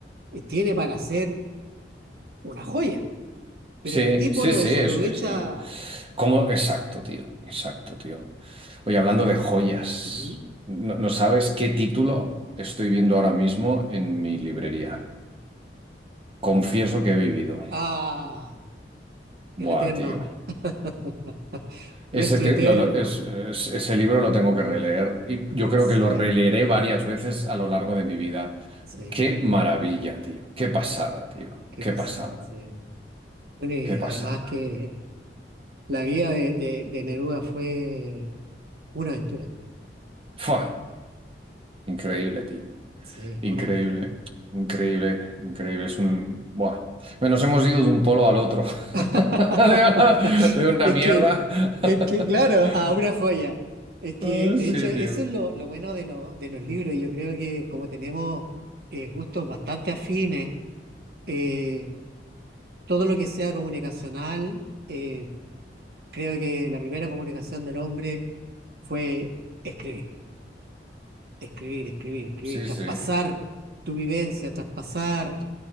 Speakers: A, on the right; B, on the right.
A: eh, tiene para ser una joya, pero
B: Sí,
A: el tipo
B: sí,
A: lo
B: sí,
A: desaprovecha
B: es, es, eh, ¿Cómo? Exacto, tío, exacto, tío. Oye, hablando de joyas,
A: ujú,
B: no, no sabes qué título estoy viendo ahora mismo en mi librería. Confieso que he vivido.
A: a el
B: Buah,
A: eterno.
B: tío.
A: <laughs>
B: Ese,
A: Nuestro
B: te-
A: eterno.
B: lo- lo- es- es- ese libro lo tengo que releer y yo creo
A: Sí,
B: que lo releeré varias veces a lo largo de mi vida.
A: sí,
B: Qué maravilla, tío. Qué pasada, tío.
A: qué
B: Qué
A: pasó,
B: pasada.
A: sí. Bueno, y
B: Qué
A: además
B: pasada.
A: que la vida de, de, de Neruda fue una aventura.
B: Fua, increíble, tío.
A: Sí,
B: Increíble,
A: una aventura.
B: increíble, increíble. Es un... Buah. Bueno, Nos hemos ido de un polo al otro. <laughs> De
A: <laughs>
B: una, de una
A: Es
B: mierda.
A: que,
B: <laughs>
A: es que, claro, a una joya. Es que,
B: Ah,
A: de
B: Sí,
A: hecho, eso
B: tío.
A: es lo, lo bueno de, lo- de los libros. Yo creo que como tenemos eh, gustos bastante afines, eh, todo lo que sea comunicacional, eh, Creo que la primera comunicación del hombre fue escribir, escribir, escribir, escribir,
B: Sí,
A: traspasar
B: sí.
A: tu vivencia, traspasar